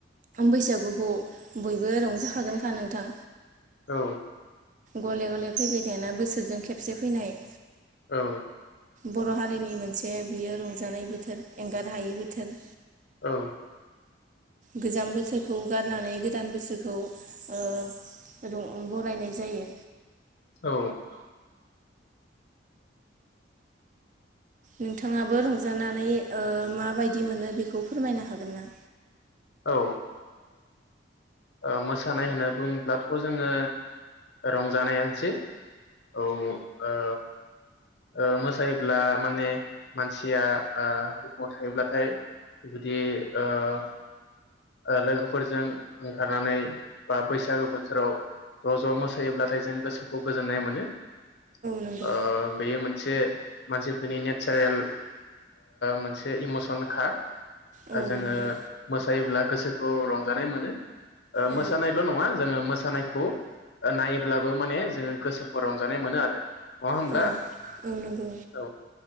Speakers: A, on the right; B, on the left.
A: बैसागुखौ बयबो रंजाखागोनखा नोंथां।
B: औ
A: गले गले फैबाय थायाना बोसोरजों खेबसे फैनाय
B: औ।
A: बर' हारिनि मोनसे बियो रंजानाय बोथोर एंगार हायि बोथोर।
B: औ
A: गोजाम बोसोरखौ गारनानै गोदान बोसोरखौ ओ बरायनाय जायो।
B: औ।
A: नोंथाङाबो रंजानानै ओ माबायदि मोनो बेखौ फोरमायनो हागोन ना?
B: औ ओ ओ मोसानाय होनना बुङोब्लाथ जोंङो रंजानायानोसै औ ओ ओ मोसायोब्ला माने मानसिया ओ दुखुवाव थायोब्लाथाय जुदि ओ लोगोफोरजों ओंखारनानै बा बैसागो बोथोराव ज' ज' मोसायोब्लाथाय जों गोसोखौ गोजोननाय मोनो। ओ
A: नंगौ
B: बे मोनसे मानसिफोरनि नेचारेल मोनसे इमसनखा
A: औ
B: जोङो
A: नंगौ
B: मोसायोब्ला गोसोखौ रंजानाय मोनो। ओ मोसानायल
A: औ
B: नङा जोंङो मोसानायखौ नायोब्लाबो माने जोंङो गोसोखौ रंजानाय मोनो आरो नङा होमब्ला।
A: औ औ नंगौ
B: औ